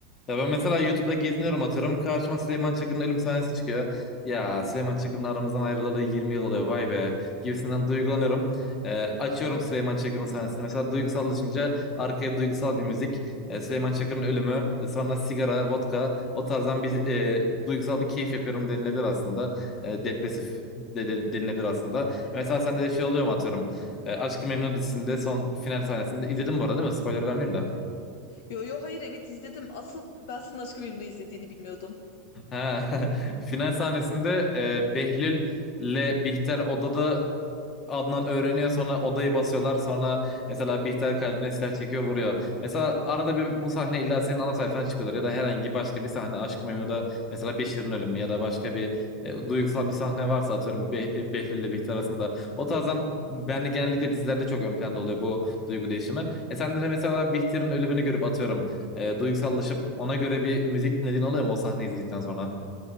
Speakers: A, on the left; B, on the left.
A: Ya ben mesela YouTube'da geziniyorum atıyorum. Karşıma Süleyman Çakır'ın ölüm sahnesi çıkıyor. Ya Süleyman Çakır'ın aramızdan ayrılalı 20 yıl oluyor vay be gibisinden duygulanıyorum. Ee, açıyorum Süleyman Çakır'ın sahnesini. Mesela duygusallaşınca arkaya duygusal bir müzik. Ee, Süleyman Çakır'ın ölümü e, sonra sigara, vodka o tarzdan bir e, duygusal bir keyif yapıyorum denilebilir aslında. E, depresif de, de- denilebilir aslında. E, Mesela sende de şey oluyor mu atıyorum. E, Aşk-ı Memnu dizisinde son final sahnesinde izledim bu arada değil mi? Spoiler vermeyeyim de.
B: Yo yo hayır evet izledim. Asıl ben senin aşkı memnu izlediğini bilmiyordum.
A: Ha, <laughs> final sahnesinde e, Behlül'le Bihter odada Adnan öğreniyor sonra odayı basıyorlar sonra mesela Bihter kalbine silah çekiyor vuruyor. Mesela arada bir bu sahne illa senin ana sayfana çıkıyorlar ya da herhangi başka bir sahne Aşk-ı Memnu'da mesela Beşir'in ölümü ya da başka bir e, duygusal bir sahne varsa atıyorum Be Behlül'le Bihter arasında. O tarzdan ben de genellikle dizilerde çok ön planda oluyor bu duygu değişimi. E sende de mesela Bihter'in ölümünü görüp atıyorum e, duygusallaşıp ona göre bir müzik dinlediğin oluyor mu o sahneyi izledikten sonra?